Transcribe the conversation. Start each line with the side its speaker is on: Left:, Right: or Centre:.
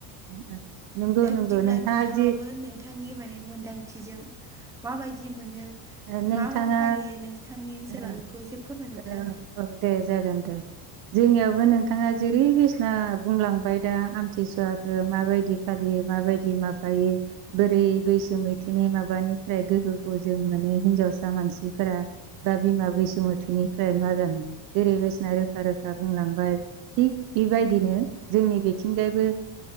Right: ओ ओ नंगौ
Centre: दा
Right: नंगौ
Centre: बिदिब्ला
Right: नोंथाङा
Centre: नोंथाङाबो
Right: जि
Centre: नोंथांनि माने मोनदांथिजों माबायदि मोनो
Right: ओ, नोंथाङा
Centre: मा मा फालियो नोंसथांनि ओनसोलाव
Right: ओ,
Centre: बेखौ एसे फोरमायहरदोआंनो।
Right: ओ, औ दे जागोन दे। जोंनियावबो नोंथाङा जेरै बिसिना बुंलांबाय दा आमथिसुवाखौ माबायदि खालि माबायदि माबायो बोरै बैसो मैथोनि माबानिफ्राय गोहोखौ जों माने हिन्जावसा मानसिफोरा बा बिमा बैसुमथोनिफ्राय मा जानो जेरै बायसिना रोखा रोखा बुंलांबाय। थिग बेबायदिनो जोंनि बिथिंजायबो